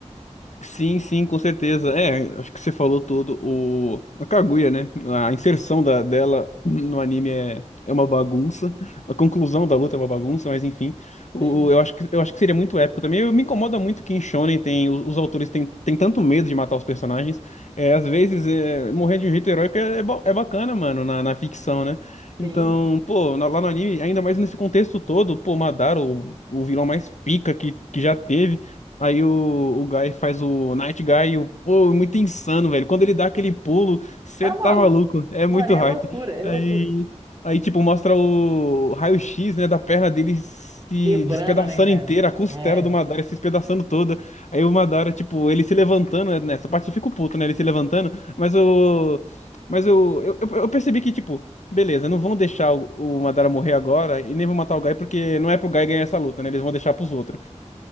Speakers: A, on the left; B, on the right.
A: Sim, sim, com certeza. É, acho que você falou tudo. O... A Kaguya, né? A inserção da, dela no anime é, é uma bagunça. A conclusão da luta é uma bagunça, mas enfim. O,
B: Sim,
A: eu acho que, eu acho que seria muito épico também. Eu, me incomoda muito que em Shonen tem, os, os autores têm, têm tanto medo de matar os personagens. É, às vezes, é, morrer de um jeito heróico é, é, ba- é bacana, mano, na, na ficção, né?
B: sim.
A: Então, pô, na- lá no anime, ainda mais nesse contexto todo, pô, Madara, o, o vilão mais pica que, que já teve. Aí o, o Guy faz o Night Guy, e o, pô, é muito insano, velho. Quando ele dá aquele pulo, você
B: Tá
A: tá
B: maluco.
A: maluco, é
B: Mano,
A: muito
B: é
A: hype.
B: loucura, é
A: Aí,
B: loucura.
A: aí tipo, mostra o raio-x, né, da perna dele se
B: Quebrando,
A: despedaçando
B: né, cara?
A: inteira, a costela
B: É.
A: do Madara se despedaçando toda. Aí o Madara, tipo, ele se levantando, né, nessa parte eu fico puto, né, ele se levantando, mas o... Mas eu, eu, eu eu percebi que, tipo, beleza, não vão deixar o, o Madara morrer agora e nem vão matar o Guy porque não é pro Guy ganhar essa luta, né? Eles vão deixar pros outros.